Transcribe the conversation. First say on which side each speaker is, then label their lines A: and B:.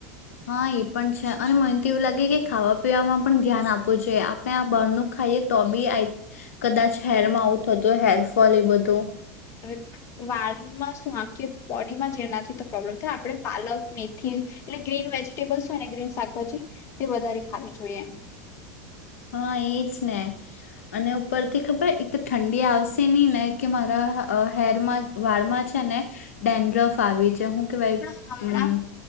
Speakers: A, on the left; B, on the left.
A: હા એ પણ છે અને મને તો એવું લાગે કે ખાવા પીવાવામાં પણ ધ્યાન આપવું જોઈએ આપણે આ બહારનુંું ખાઈએ તો બી આ કદાચ હેરમાં આવું થતું હેરફોલ એ બધું
B: હ વારમાં શું આ બોડીમાં જેનાથી તો પ્રોબ્લેમ થાય આપણે પાલક મેથી એટલે ગ્રીન વેજીિટેબલ્સ હોય ને ગ્રીન શાકભાજી તે વધારે ખાવી જોઈએ એમ
A: હા એજ ને અને ઉપરથી ખબર એક ઠંડી આવશે નહી ને કે મારા હેરમાં વાળમાં છે ને ડેન રફ આવી છે હું કે ભાઈ
B: હણા
A: હમ
B: હમણા